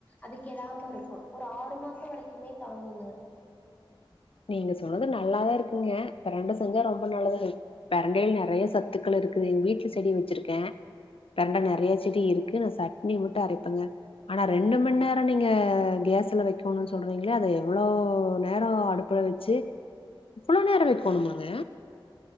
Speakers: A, on the left; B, on the left.
A: அது கெடாம இருக்கு ஒரு ஆறு மாசோ வரைக்குமே தாங்குங்க
B: நீங்க சொன்னது நல்லாதா இருக்குங்க பெரெண்ட செஞ்சா ரொம்ப நல்லது தோழி பெரண்டைல நெறய சத்துக்கள் இருக்குது எங்க வீட்ல செடி வச்சுருக்கே பெரண்ட நெறய செடி இருக்கு நா சட்னி மட்டு அரப்பேங்க ஆனா ரெண்டு மண் நேரோ நீங்க கேஸ்ல வைக்கணுன்னு சொல்றீங்கள அது எவ்ளோ நேரோ அடுப் புல வச்சு இவ்ளோ நேரோ வைக்கணுமாங்க